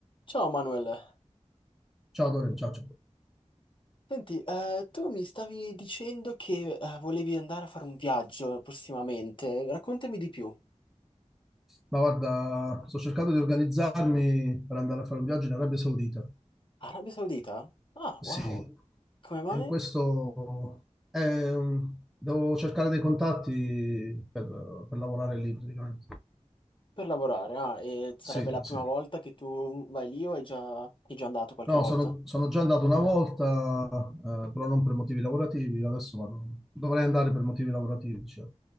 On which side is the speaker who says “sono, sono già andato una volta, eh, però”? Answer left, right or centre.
Centre